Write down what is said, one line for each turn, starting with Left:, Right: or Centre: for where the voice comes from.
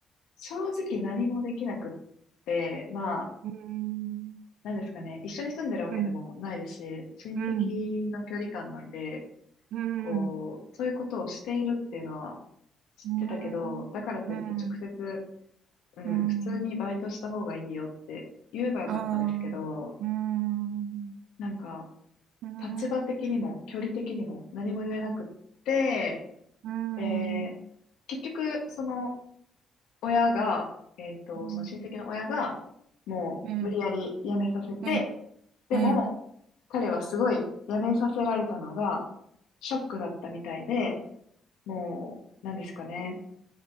Left: 正直何もできなくって、まあ、
Right: うーん、
Left: なんですかね、一緒に住んでるわけでもないですし、
Right: うん、
Left: 親戚の距離感なんで、
Right: うん、うん、
Left: こう、そういうことをしているっていうのは知ってたけど、
Right: うーん、
Left: だからといって直接、
Right: うん、
Left: うん、
Right: うん、
Left: 普通にバイトした方がいいよって言えばよかったですけど、
Right: ああ、うーん、う
Left: なんか、
Right: ーん、
Left: 立場的にも距離的にも何も言えなくって、
Right: うーん、
Left: で、結局、その、親が、えっと、
Right: うん
Left: その親戚の親が、もう無理やり辞めさせて、
Right: ええ、ええ、
Left: でも、
Right: ええ、
Left: 彼はすごい辞めさせられたのが、ショックだったみたいで、もう、なんですかね、